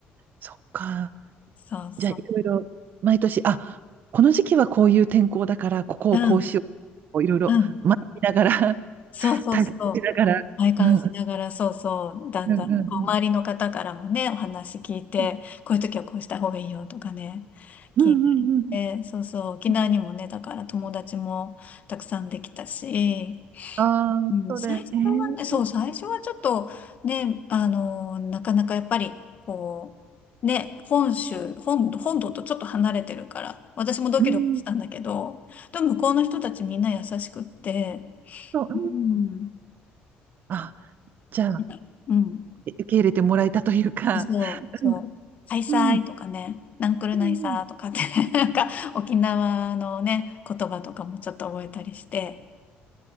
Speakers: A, on the right; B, on the left.
A: そっか。
B: そうそ
A: じゃあ、いろいろ、毎年、あ、この時期はこういう天候だから、ここをこうしよう。
B: う。うん、
A: こういろいろ、
B: うん。
A: 学びながら、
B: そうそうそう。
A: <laughs> 体験しながら、
B: 体感しながら、
A: うん、うん、
B: そうそう、だんだん、
A: うん、うん、
B: こう、周りの方からもね、お話聞いて、
A: う
B: こういう時はこうした方がいいよとかね、聞いたりして、
A: ん、うん、うんうんうんうんうん
B: そうそう、沖縄にもね、
A: うんうん
B: だから友達もたくさんできたし、
A: ああー、
B: うん、
A: そうだよね。
B: 最初はね、そう、最初はちょっと、ね、あの、なかなかやっぱり、こう、ね、本州、本、本土とちょっと離れてるから、私もドキドキしたんだけど、
A: うん、
B: でも向こうの人たちみんな優しくって、
A: そう、うん。
B: うん、
A: あ、じゃあ、
B: なうん、
A: え受け入れてもらえたというか、
B: そう、そう、
A: うん、
B: ハイサイとかね、
A: うん、うん、
B: ナンクルナイサーとかって
A: うん。
B: <laughs> なんか沖縄のね、言葉とかもちょっと覚えたりして、